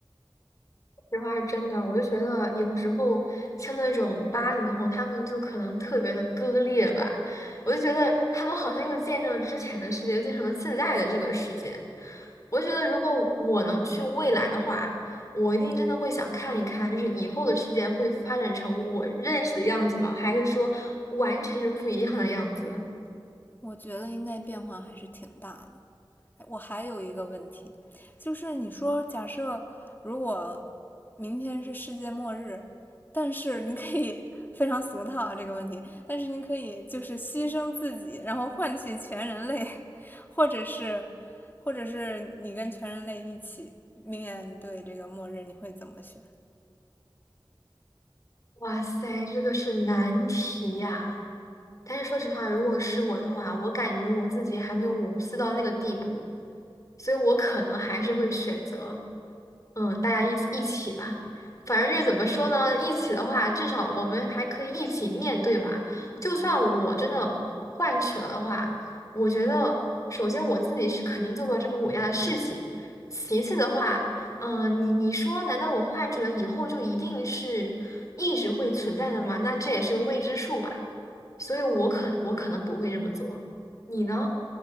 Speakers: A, on the left; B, on the left.
A: 这话是真的，我就觉得有时候像那种八零后，他们就可能特别的割裂吧。我就觉得他们好像又见证了之前的世界，又见证了现在的这个世界。我就觉得如果我能去未来的话，我一定真的会想看一看，就是以后的世界会发展成我认识的样子吗？还是说完全是不一样的样子？
B: <laughs> 我觉得应该变化还是挺大的。哎我还有一个问题，就是你说假设如果明天是世界末日，但是你可以非常俗套啊这个问题，但是你可以就是牺牲自己，然后换取全人类，或者是或者是你跟全人类一起面对这个末日，你会怎么选？
A: 哇塞，这个是难题呀！但是说实话，如果是我的话，我感觉我自己还没有无私到那个地步，所以我可能还是会选择，嗯，大家一起一起吧。反正就是怎么说呢，一起的话，至少我们还可以一起面对嘛。
B: 嗯。
A: 就算我真的换取了的话，我觉得首先我自己是肯定做不了这么伟大的事情，其次的话，嗯，你你说，难道我换取了以后就一定是一直会存在的吗？那这也是个未知数嘛。所以我可我可能不会这么做，你呢？